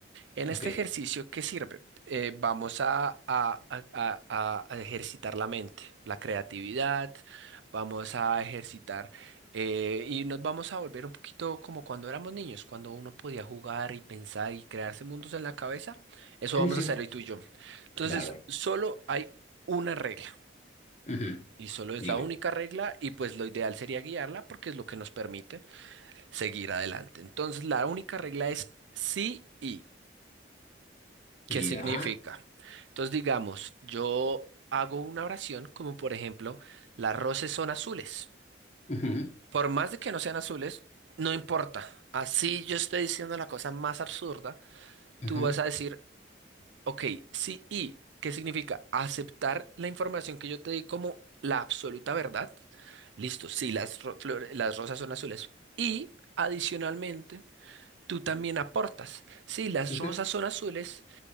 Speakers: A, on the right (about 70°); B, on the left (about 35°).
A: En este
B: Ok.
A: ejercicio, ¿qué sirve? Eh, vamos a, a- a- a- a ejercitar la mente, la creatividad, vamos a ejercitar eh, y nos vamos a volver un poquito como cuando éramos niños, cuando uno podía jugar y pensar y crearse mundos en la cabeza. Eso
B: Sí,
A: vamos
B: sí,
A: a hacer hoy tú y yo. Entonces,
B: bárbaro.
A: solo hay una regla
B: Ujú,
A: y solo es
B: Dime.
A: la única regla y pues lo ideal sería guiarla porque es lo que nos permite seguir adelante. Entonces, la única regla es sí y. ¿Qué
B: Ya.
A: significa? Entonces, digamos, yo hago una oración como por ejemplo, las rosas son azules.
B: ujú,
A: Por más de que no sean azules, no importa. Así yo estoy diciendo la cosa más absurda,
B: ujú,
A: tú vas a decir, ok, sí y, ¿qué significa? Aceptar la información que yo te di como la absoluta verdad. Listo, sí, las, ro- flores- las rosas son azules. Y adicionalmente, tú también aportas. Sí, las
B: ujú,
A: rosas son azules